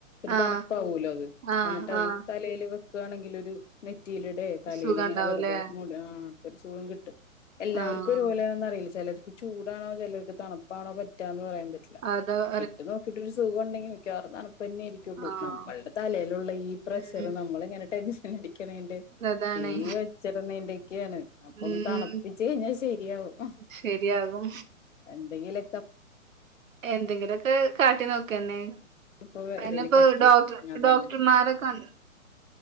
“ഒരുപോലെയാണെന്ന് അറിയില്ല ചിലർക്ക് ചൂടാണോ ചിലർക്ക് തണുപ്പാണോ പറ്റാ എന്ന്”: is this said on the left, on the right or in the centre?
Left